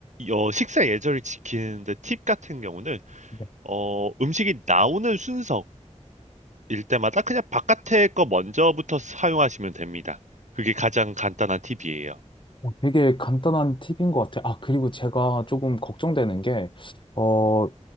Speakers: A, on the right; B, on the left.
A: 어, 식사 예절을 지키는데 팁 같은 경우는
B: 네.
A: 어, 음식이 나오는 순서일 때마다 그냥 바깥에 거 먼저부터 사용하시면 됩니다. 그게 가장 간단한 팁이에요.
B: 어, 되게 간단한 팁인 것 같아요. 아, 그리고 제가 조금 걱정되는 게, 어,